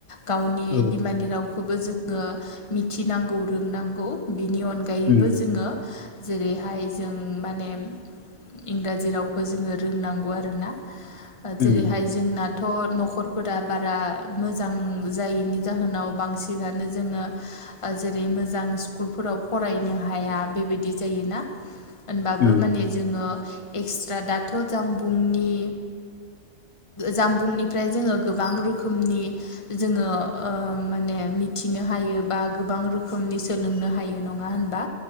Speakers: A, on the left; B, on the left.
A: गावनि
B: औ
A: बिमानि रावखौबो जोङो मिथिनांगौ रोंनांगौ। बिनि अनगायैबो
B: उम
A: जोङो जेरैहाय जों माने इंराजि रावखौ जोङो रोंनांगौ आरोना
B: उम
A: जेरैहाय जोंना थ' न'खरफोरा बारा मोजां जायैनि जाहोनाव बांसिनानो जोङो आ जेरै मोजां स्कुलफोराव फरायनो हाया बेबायदि जायोना होनबाबो
B: उम
A: माने जोङो एक्सट्रा दाथ' जानबुंनि जानबुंनिफ्राय जोङो गोबां रोखोमनि जोङो ओ माने मिथिनो हायो बा गोबां रोखोमनि सोलोंनो हायो नङा होनबा?